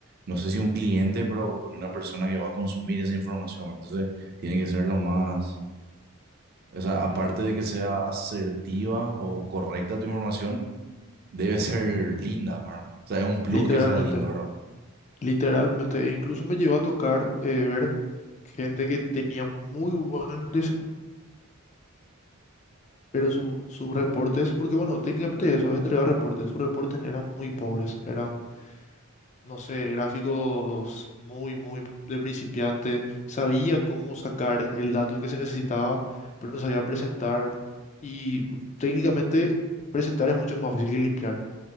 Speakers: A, on the right; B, on the left.
A: no sé si un cliente, pero con una persona que va a consumir esa información, ¿verdad? Entonces, tiene que ser lo más, o sea, aparte de que sea asertiva o correcta tu información, debe ser linda, ¿verdad? O sea, es un plus
B: literalmente,
A: que sea lindo,
B: literalmente. E incluso me llevó a tocar eh, ver gente que tenía muy buen desempeño, pero su- sus reportes, porque bueno, técnicamente eso es entregar reportes. Sus reportes eran muy pobres, eran no sé, gráficos muy, muy de principiante. Sabía cómo sacar el dato que se necesitaba, pero no sabía presentar. Y técnicamente presentar es mucho más fácil que limpiar.